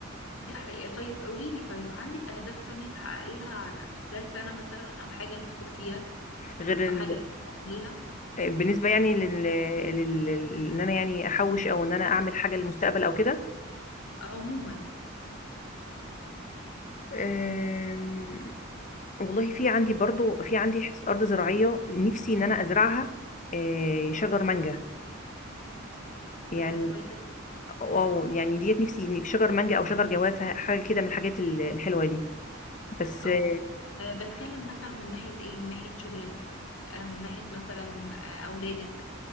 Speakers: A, on the left; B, on the left.
A: دي حقيقة طيب قوليلي طيب عندك أهداف تانية تحققيها على في خلال سنة مثلا أو حاجة نفسك فيها
B: غير
A: أو
B: ال...
A: حاجة نفسك تعمليها
B: بالنسبه يعني لل... لل... لل... ان انا يعني احوش او ان انا اعمل حاجه للمستقبل او كده
A: عموما
B: أم، والله في عندي برضو في عندي حتة أرض زراعية نفسي إن أنا أزرعها آه، شجر مانجا يعني
A: فكرة كويسة
B: أو يعني ديت نفسي إن- شجر مانجا أو شجر جوافة حاجة كده من الحاجات ال- الحلوة دي بس
A: اه
B: آه،
A: آه، بتكلم مثلا من ناحية ايه من ناحية شغلك آه، من ناحية مثلا آه، أولادك